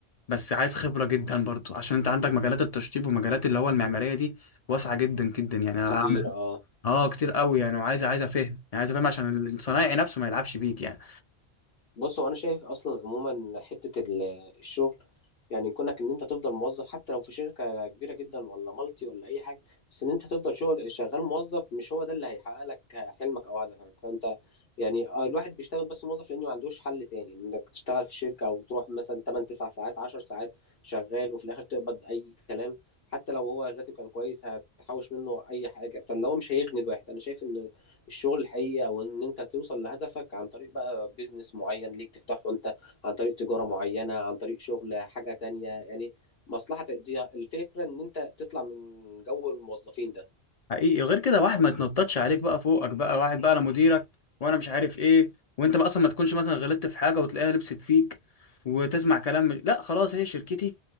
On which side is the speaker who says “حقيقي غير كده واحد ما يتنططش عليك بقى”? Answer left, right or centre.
Left